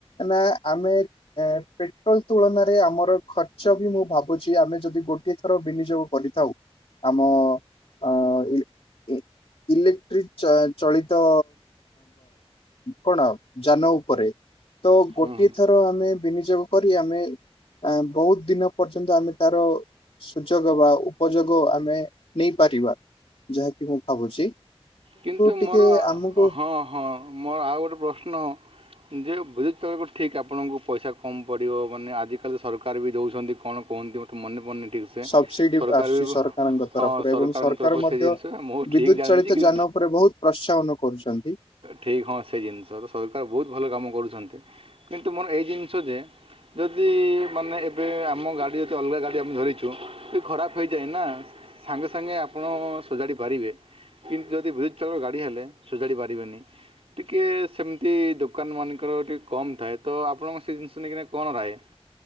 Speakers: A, on the left; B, on the right.
A: ନା ଆମେ ଏ ପେଟ୍ରୋଲ ତୁଳନାରେ ଆମର ଖର୍ଚ୍ଚ ବି ମୁଁ ଭାବୁଛି ଆମେ ଯଦି ଗୋ ଗୋଟେ ଥର ବିନିଯୋଗ କରିଥାଉ ଆମ ଅ ଇ ଇ ଇଲେକ୍ଟ୍ରିକ ଚଳିତ କଣ ଯାନ ଉପରେ ତ ଗୋଟିଏ
B: ହୁଁ ହୁଁ
A: ଥର ଆମେ ବିନିଯୋଗ କରି ଆମେ ଆ ବହୁତ ଦିନ ପର୍ଯ୍ୟନ୍ତ ଆମେ ତାର ସୁଯୋଗ ବା ଉପଯୋଗ ଆମେ ନେଇପାରିବା। ଯାହାକି ମୁଁ ଭାବୁଛି
B: କିନ୍ତୁ
A: ଟିକେ
B: ମୋର
A: ଆମକୁ
B: ହଁ ହଁ ମୋର ଆଉ ଗୋଟେ ପ୍ରଶ୍ନ? ଯେ ବିଦ୍ୟୁତ୍ ଚାଳକ ଠିକ୍ ଆପଣଙ୍କୁ ପଇସା କମ୍ ପଡ଼ିବ ମାନେ ଆଜିକାଲି ସରକାର ବି ଦେଉଛନ୍ତି କଣ କୁହନ୍ତି ମ ତ ମନେ ମନେ ଠିକ ସେ
A: ସବସିଡି
B: ସରକାର
A: ଆସୁଛି
B: ବି
A: ସରକାରଙ୍କ ତରଫରୁ
B: ହଁ ସରକାରଙ୍କ
A: ଏବଂ ସରକାର
B: ତରଫରୁ
A: ମଧ୍ୟ
B: ସେ ଜିନିଷ ମୁଁ
A: ବିଦ୍ୟୁତ
B: ଠିକ୍ ଜାଣିଛି
A: ଚାଳିତ
B: କି
A: ଯାନ ଉପରେ ବହୁତ ପ୍ରୋତ୍ସାହନ କରୁଛନ୍ତି।
B: ଠିକ୍ ହଁ ସେ ଜିନିଷ ତ ସରକାର ବହୁତ ଭଲ କାମ କରୁଛନ୍ତି କିନ୍ତୁ ମୋର ଏଇ ଜିନିଷ ଯେ ଯଦି ମାନେ ଏବେ ଆମ ଗାଡ଼ି ଯଦି ଅଲଗା ଗାଡ଼ି ଆମେ ଧରିଛୁ ସିଏ ଖରାପ ହେଇଯାଏ ନା ସାଙ୍ଗେ ସାଙ୍ଗେ ଆପଣ ସଜାଡ଼ି ପାରିବେ। କିନ୍ତୁ ଯଦି ବିଦ୍ୟୁତ୍ଚାଳ ଗାଡ଼ି ଆଣିଲେ ସଜଡ଼ି ପାରିବେନି। ଟିକିଏ ସେମିତି ଦୋକାନ ମାନଙ୍କର ଟିକେ କମ୍ ଥାଏ ତ ଆପଣଙ୍କ ସେ ଜିନିଷ ନେଇକନା କଣ ରାଏ?